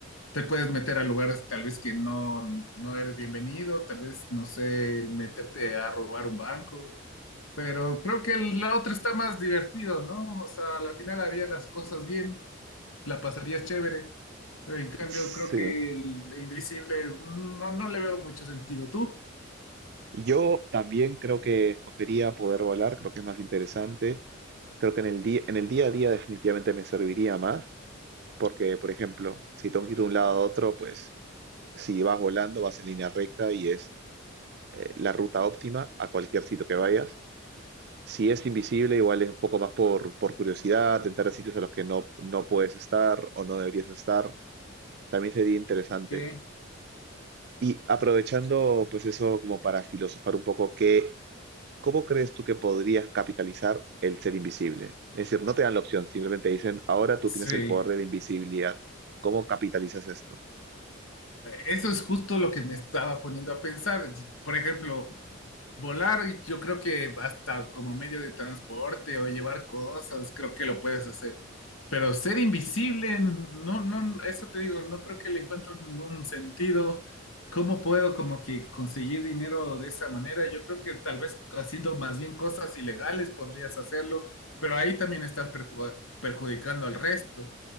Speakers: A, on the left (about 90°); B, on the right (about 55°).
A: te puedes meter a lugares tal vez que no, no eres bienvenido, tal vez, no sé, meterte a robar un banco, pero creo que el- la otra está más divertido, ¿no? O sea, al final harías las cosas bien, la pasarías chévere, pero en cambio
B: Sí.
A: creo que el invisible mm, no, no le veo mucho sentido. ¿Tú?
B: Yo también creo que escogería poder volar, creo que es más interesante. Creo que en el día, en el día a día definitivamente me serviría más, porque, por ejemplo, si tengo que ir de un lado a otro, pues si vas volando, vas en línea recta y es eh, la ruta óptima a cualquier sitio que vayas. Si es invisible, igual es un poco más por, por curiosidad, entrar a sitios a los que no, no puedes estar o no deberías estar. también sería interesante.
A: ¿Qué?
B: Y aprovechando pues eso como para filosofar un poco, ¿qué, cómo crees tú que podrías capitalizar el ser invisible? Es decir, no te dan la opción, simplemente dicen, ahora tú
A: Sí,
B: tienes el poder de la invisibilidad. ¿Cómo capitalizas esto?
A: eso es justo lo que me estaba poniendo a pensar. Por ejemplo, volar, yo creo que hasta como medio de transporte o llevar cosas, creo que lo puedes hacer. Pero ser invisible, no, no, eso te digo, no creo que le encuentro ningún sentido. ¿Cómo puedo como que conseguir dinero de esa manera? Yo creo que tal vez haciendo más bien cosas ilegales podrías hacerlo, pero ahí también estás perju- perjudicando al resto.